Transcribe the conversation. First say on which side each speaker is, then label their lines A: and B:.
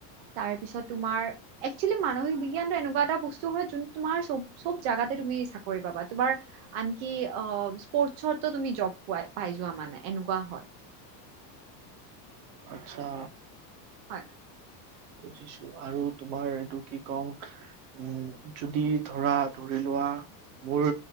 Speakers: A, on the right; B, on the right.
A: তাৰ পিছত তোমাৰ একচুৱেলি মানসিক বিজ্ঞানটো এনেকুৱা এটা বস্তু হয় যোনটো তোমাৰ চব জেগাতে তুমি চাকৰি পাবা তোমাৰ আনকি অ স্পৰ্টচৰ তুমি জব পাই যোৱা মানে এনেকুৱা হয়।
B: আচ্ছা।
A: হয়।
B: বুজিছো আৰু তোমাৰ এইটো কি কম উম যদি ধৰা ধৰি লোৱা মোৰ